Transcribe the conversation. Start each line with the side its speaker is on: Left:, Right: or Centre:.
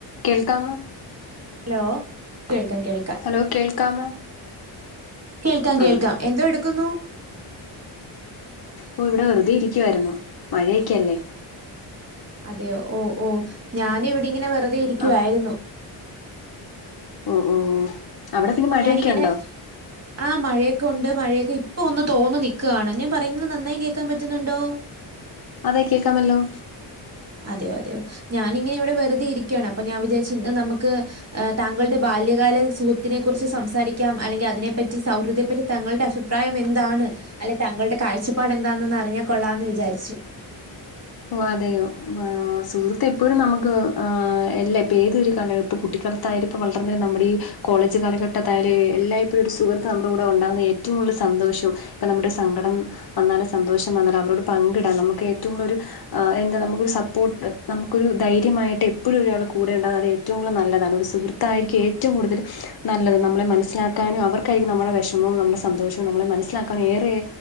Left: കേൾക്കാമോ
Right: ഹലോ കേൾക്കാം കേൾക്ക
Left: ഹലോ കേൾക്കാമോ
Right: കേൾക്കാം കേൾക്കാം
Left: ആഹ്
Right: എന്തോ എടുക്കുന്നു
Left: ഓ ഇവിടെ വെറുതെ ഇരിക്കുവായിരുന്നു മഴയൊക്കെയല്ലേ
Right: അതെയോ ഓ ഓ ഞാനും ഇവിടെങ്ങനെ വെറുതെ ഇരിക്കുവായിരുന്നു
Left: ആഹ് ഓ ഓ അവിടെ പിന്നെ
Right: അപ്പൊ
Left: മഴയൊക്കെ
Right: ഞാനിങ്ങനെ
Left: ഉണ്ടോ
Right: ആ മഴയൊക്കെ ഉണ്ട് മഴയൊക്കെ ഇപ്പൊ ഒന്ന് തോന്നു നിക്കാണ് ഞാൻ പറയുന്നത് നന്നായി കേൾക്കാൻ പറ്റുന്നുണ്ടോ?
Left: അതെ കേൾക്കാമല്ലോ.
Right: അതെയോ അതെയോ? ഞാനിങ്ങനെ ഇവിടെ വെറുതെ ഇരിക്കുകയാണ് അപ്പൊ ഞാൻ വിചാരിച്ചു ഇന്ന് നമ്മുക്ക് താങ്കളുടെ ബാല്യകാല സു ഹൃത്തിനെ കുറിച്ച് സംസാരിക്കാം അല്ലെങ്കിൽ അതിനെപ്പറ്റി സൗഹൃദത്തെപ്പറ്റി തങ്ങളുടെ അഭിപ്രായം എന്താണ്? അല്ലെ താങ്കളുടെ കാഴ്ചപ്പാട് എന്താന്ന് ഒന്ന് അറിഞ്ഞാൽ കൊള്ളാമെന്ന് വിചാരിച്ചു.
Left: ഓ അതെയോ സുഹൃത്ത് എപ്പോഴും നമുക്ക് ആഹ് അല്ല ഇപ്പ ഏതെരു കാല ഇപ്പംകുട്ടിക്കാലത്തായാലും ഇപ്പം വളർന്ന് നമ്മുടെ ഈ കോളേജ് കാലഘട്ടത്തായാലും എല്ലായി പ്പോഴും ഒരു സുഹൃത്ത് നമ്മുടെ കൂടെ ഉണ്ടാകുന്നത് ഏ ഏറ്റവും കൂടുതൽ സന്തോഷം ഇപ്പം നമ്മുടെ സങ്കടം വന്നാലും സന്തോഷം വന്നാലുംഅവരോട് പങ്കിടാൻ നമ്മുക്ക് ഏറ്റവും കൂടുതൽ ഒരു എന്താ നമ്മുക്കൊരു സപ്പോർട്ട് നമ്മുക്കൊരു ധൈര്യമായിട്ട് എപ്പോഴും ഒരാൾ കൂടെ ഉണ്ടന്നറിയാൻ അത് ഏറ്റവും കൂടുതൽ നല്ലതാണ് ഒരു സഹൃ ത്തായിരിക്കും ഏറ്റവും കൂടുതൽ നല്ലത് നമ്മളെ മനസ്സിലാക്കാനും അവർക്കായിരിക്കും നമ്മുടെ വിഷമവും നമ്മുടെ സന്തോഷവും നമ്മളെ മനസ്സിലാക്ക ഏറെ